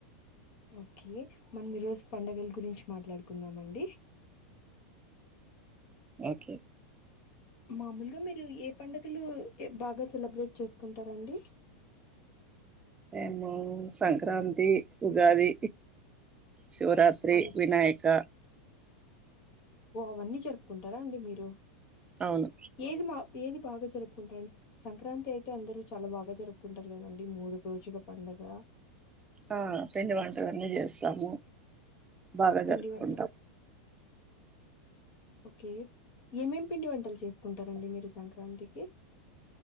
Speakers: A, on the left (about 50°); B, on the right (about 15°).
A: ఓకే మనం ఈరోజు పండగలు గురించి మాట్లాడుకుందామండి
B: ఓకే
A: మామూలుగా మీరు ఏ పండుగలు బాగా సెలబ్రేట్ చేసుకుంటారంండి
B: మేము సంక్రాంతి ఉగాది శివరాత్రి
A: అవి
B: వినాయక
A: ఓ అవన్నీ జరుపుకుంటారా అండి మీరు
B: అవును
A: ఏది మా ఏది బాగా జరుపుకుంటారండి సంక్రాంతి అయితే అందరూ చాలా బాగా జరుపుకుంటారు కదండి మూడు రోజుల పండగ
B: ఆ పిండి వంటలన్నీ జేస్తాము బాగా
A: పిండి
B: జరుపుకుంటాం
A: వంటలు ఓకే ఏమేమి పిండి వంటలు చేసుకుంటారండి మీరు సంక్రాంతికి